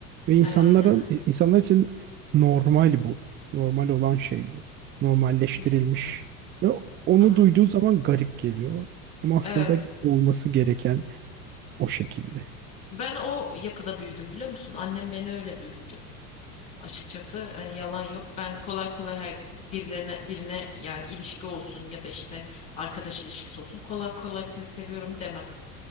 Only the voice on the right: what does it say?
Ve insanların
insanlar için normal bu. Normal olan şey bu. Normalleştirilmiş.
Ve onu
duyduğu zaman garip geliyor. Ama aslında
olması gereken o şekilde.